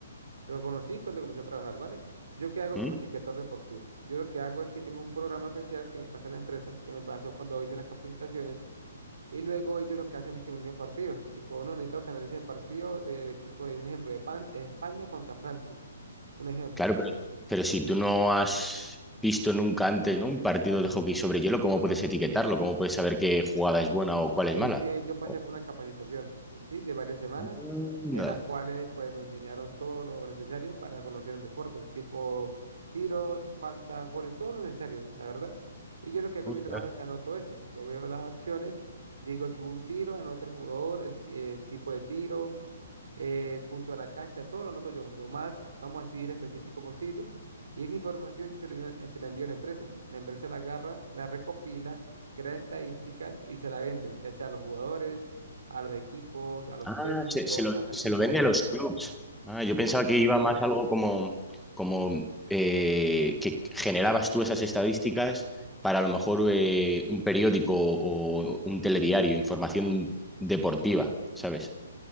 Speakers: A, on the right; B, in the centre.
A: lo conocí cuando comencé a trabajar, ¿vale? Yo qué hago
B: ¿Mm?
A: como etiquetador deportivo. Yo lo que hago es que tengo un programa especial que me pasa en la empresa, que me pasó cuando hice las capacitaciones, y luego ellos lo que hacen es que me envían partidos. Tipo, no, necesito que analice el partido del equipo de un ejemplo de Pan- España contra Francia. Un ejemplo.
B: Claro, pero, pero si tú no has visto nunca antes, ¿no? un partido de hockey sobre hielo, ¿cómo puedes etiquetarlo? ¿Cómo puedes saber qué jugada es buena o cuál
A: Es
B: es mala?
A: que yo pasé
B: Oh,
A: por una capacitación, ¿sí? De varias semanas,
B: Anda,
A: en las cuales pues me enseñaron todo lo necesario para conocer el deporte, tipo tiros, faltas, goles, todo lo necesario, la verdad. Y yo lo que hago
B: ostras.
A: en mi trabajo es que anoto eso. Yo veo las acciones, digo aquí hubo un tiro, anoto el jugador, el, ti- el tipo de tiro, eh, el punto a la cancha, todo lo noto yo, lo más, vamos a decir, específico posible. Y esa información yo se la envío, eh, se la envío a la empresa. La empresa la agarra, la recopila, crea estadísticas y se la vende, ya sea a los jugadores, a los equipos, a los
B: Ah,
A: técnicos,
B: se, se lo,
A: a las
B: se
A: ligas.
B: lo vende a los clubs. Ah,
A: Sí,
B: yo pensaba
A: sí,
B: que iba más algo como, como eh, que generabas tú esas estadísticas para a lo mejor eh, un periódico o un telediario, información deportiva, ¿sabes?